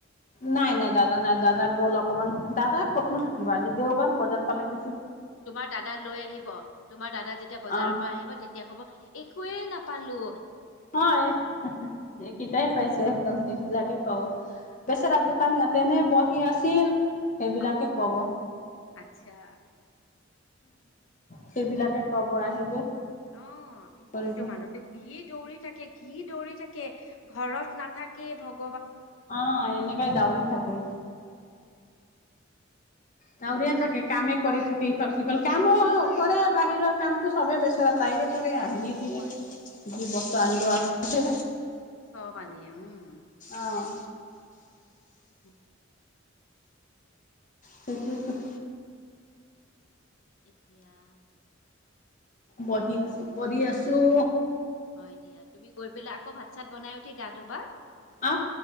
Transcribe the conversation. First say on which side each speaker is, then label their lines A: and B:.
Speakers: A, on the left (about 40°); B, on the left (about 75°).
A: নাই, নাই দাদা নাই দাদা গ'ল অকমান দাদা কতনো
B: বজাৰ
A: থাকিবা আজি দেওবাৰ বজাৰ পালে কি
B: তোমাৰ দাদা লৈ আহিব। তোমাৰ দাদা যেতিয়া বজাৰৰ
A: অ',
B: পৰা আহিব তেতিয়া কব একোৱয়ে নাপ পালো
A: হয়, এইকেইটাই পাইছো এখন সেইবিলাকে কব। বেচেৰা দোকানী ইয়াতেনে বহি আছিল। সেইবিলাকে
B: আহ,
A: কব
B: আচ্ছা।
A: সেইবিলাকে কব আহিব।
B: অ,
A: কি কৰিব
B: কিন্তু মানুহটো কি দৌৰি থাকে কি? কি দৌৰি থাকে। ঘৰত নাথাকে ভ
A: অ, এনে কাই দাৱৰি থাকে। দউৰিয় থাকে কামে কৰি থাকে ইফাল। কিফাল কাম কৰে বাহিৰৰ কামটো সবে বেচৰে তাই। আহিয়ে দিয়ে
B: কৰে
A: যি বস্তা আনিব আছে।
B: স'বানে উম।
A: আহ।
B: অ।
A: সেইটোৱেইটো।
B: এতিয়া।
A: বহি আছো কৰি আছো।
B: হয় দিয়া তুমি গৈ পেলাই আকৌ ভাত- চাত বনাই উঠি গা ধুবা?
A: অ